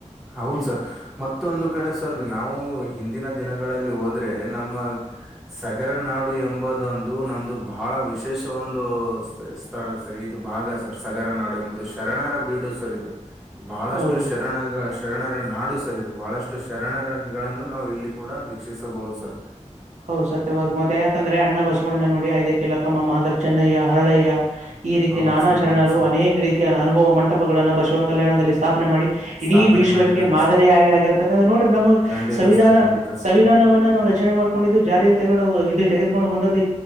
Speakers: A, in the centre; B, on the right (about 70°).
A: ಹೌದು
B: ಹ್ಮ್
A: ಸರ್ ಮತ್ತೊಂದು ಕಡೆ ಸರ್ ನಾವು ಹಿಂದಿನ ದಿನಗಳಲ್ಲಿ ಹೋದ್ರೆ ನಮ್ಮ ಸಗರ ನಾಡು ಎಂಬುದೊಂದು ನಮ್ದು ಬಹಳ ಬಹಳ ವಿಶೇಷ ಒಂದು ಸ್ಥಳ ಸರ್ ಇದು ಭಾಗ ಸರ್ ಸಗರ ನಾಡು ಎಂಬುದು ಶರಣರ ಬೀಡು ಸರ್ ಇದು ಬಹಳಷ್ಟು
B: ಹೌದು
A: ಶರಣಗ ಶರಣರ ನಾಡು ಸರ್ ಇದು ಬಹಳಷ್ಟು ಶರಣರಗಳನ್ನು ನಾವು ಇಲ್ಲಿ ಕೂಡ ವೀಕ್ಷಿಸಬಹುದು ಸರ್
B: ಹೌ ಸತ್ಯವಾದ್ ಮತ್ತೆ ಯಾಕಂದ್ರೆ ಅಣ್ಣ ಬಸವಣ್ಣ ನೋಡಿ ಐದಕ್ಕೆಲಕ್ಕಮ್ಮ ಮಾದರ್ ಚನ್ನಯ್ಯ ಹರಳಯ್ಯ ಈ ರೀತಿ
A: ಹೌದ್
B: ನಾನಾ
A: ಸರ್
B: ಶರಣರು
A: ಹೌದ್ ಸರ್
B: ಅನೇಕ ರೀತ ಅನುಭವ ಮಂಟಪಗಳಗಳನ್ನು ಬಸವ ಕಲ್ಯಾಣದಲ್ಲಿ ಸ್ಥಾಪ ಮಾಡಿ ಇಡೀ
A: ಸ್ಥಾಪನೆ
B: ವಿಶ್ವಕ್ಕೆ
A: ಮಾಡಿದ್ದಾರೆ
B: ಮಾದರಿಯಾಗಿ
A: ಸರ್
B: ಆಗಿರ್ತಕ್ಕ ನೋಡ್ರಿ ನಮ
A: ಖಂಡಿತ
B: ಸಂವಿಧಾನ
A: ಸರ್ ಖಂಡಿತ ಸರ್
B: ಸಂವಿಧಾನ ನಾವು ರಚನೆ ಮಾಡ ಲ್ಲಿ ತಗೊಂಡು ಇದು ತೆಗೆದುಕೊಂಡು ಬಂದದ